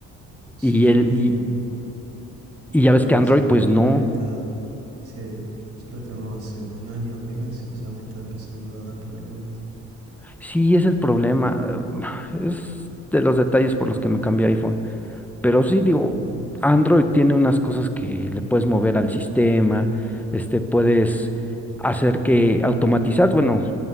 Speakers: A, on the right; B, in the centre.
A: Sí,
B: Y,
A: yo
B: el,
A: mi,
B: y, y ya
A: bueno,
B: ves que
A: te
B: Android,
A: decía, mi,
B: pues
A: mi
B: no.
A: Android está, sí, yo lo tengo hace un año apenas y ya me está empezando a dar problemas.
B: Sí, es el problema. <sighs> Es de los detalles por los que me cambié a iPhone. Pero sí, digo,
A: Ujú.
B: Android tiene unas cosas que le puedes mover al sistema, este, puedes hacer que automatizar, bueno,